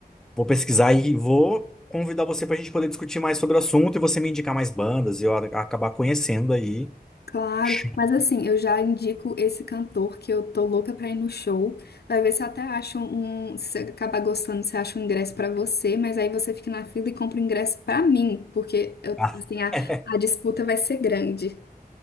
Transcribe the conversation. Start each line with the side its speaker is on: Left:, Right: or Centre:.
Centre: vou pesquisar e vou convidar você para a gente poder discutir mais sobre o assunto e você me indicar mais bandas e eu a- acabar conhecendo aí.
Left: Claro,
Centre: Chocado.
Left: mas assim, eu já indico esse cantor que eu tô louca pra ir no show. Vai ver se até acha um. Se acabar gostando, você acha um ingresso pra você, mas aí você fica na fila e compra o ingresso pra mim, porque eu,
Centre: <laughs>
Left: assim, a, a disputa vai ser grande.